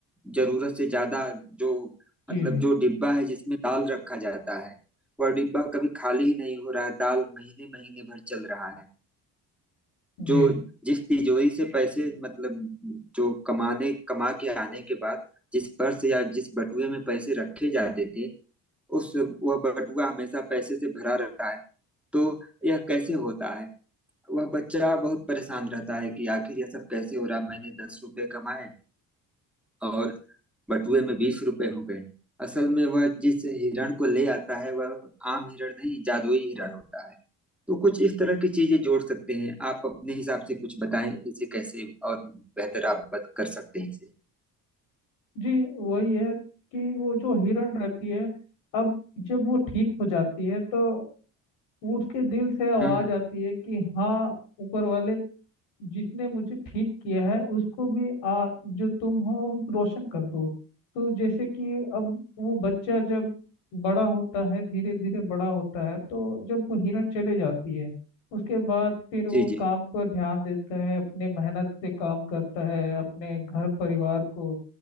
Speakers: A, in the centre; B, on the left (about 80°).
A: जरूरत से ज्यादा जो
B: जी
A: मतलब
B: जी
A: जो डिब्बा है जिसमें दाल रखा जाता है वह डिब्बा कभी खाली ही नहीं हो रहा है दाल महीने महीने भर चल रहा है जो
B: जी जी
A: जिस तिजोरी से पैसे मतलब जो कमाने कमा के आने के बाद जिस पर्स या जिस बटुए में पैसे रखे जाते थे उस वह बटुआ हमेशा पैसे से भरा रहता है तो यह कैसे होता है वह बच्चा बहुत परेशान रहता है कि आखिर यह सब कैसे हो रहा मैंने दस रुपए कमाए और बटुए में बीस रुपए हो गए असल में वह जिस हिरण को ले आता है वह आम हिरण नहीं जादुई हिरण होता है तो कुछ इस तरह की चीजें जोड़ सकते हैं आप अपने हिसाब से कुछ बताएं इसे कैसे और बेहतर आप बत- कर सकते हैं इसे
B: जी वही है कि वो जो हिरण रहती है अब जब वो ठीक हो जाती है तो वो उसके दिल से आवाज
A: हम्म
B: आती है कि हाँ ऊपर वाले जिसने मुझे ठीक किया है उसको भी आ जो तुम हो रोशन कर दो तो जैसे कि अब वो बच्चा जब बड़ा होता है धीरे धीरे बड़ा होता है तो जब वो हिरण चले जाती है उसके बाद फिर वो
A: जी जी
B: काम पर ध्यान देता है अपने मेहनत से काम करता है अपने घर परिवार को